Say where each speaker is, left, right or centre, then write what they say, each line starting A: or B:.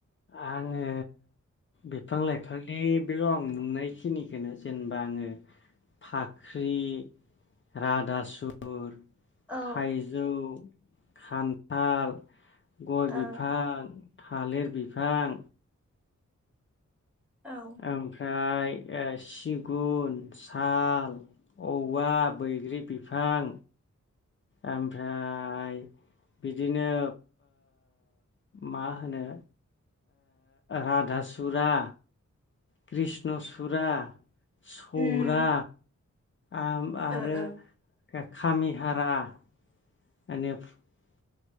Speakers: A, on the left (about 40°); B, in the centre.
A: आङो बिफां लाइफांनि बेल' आं नुनायखिनिखौनो जेनेबा आङो फाख्रि रादासुर
B: औ
A: थाइजौ खान्थाल गय
B: ओ
A: बिफां थालिर बिफां
B: ओ
A: ओमफ्राय सिगुन साल औवा बैग्रि बिफां ओमफ्राय बिदिनो मा होनो राधासुरा कृष्णसुरा सौरा
B: उम
A: आ आरो
B: ओ ओ
A: खामिहारा इनिफ्राय